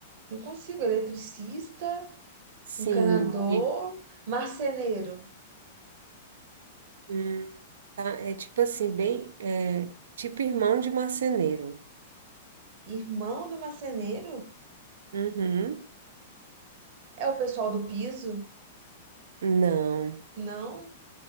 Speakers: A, on the right; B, on the right.
A: não consigo, eletricista.
B: Sim.
A: Encanador,
B: tem-
A: marceneiro.
B: hum, tá, é tipo assim, bem. É, tipo irmão de marceneiro.
A: Irmão do marceneiro?
B: Uhum.
A: É o pessoal do piso?
B: Não.
A: Não.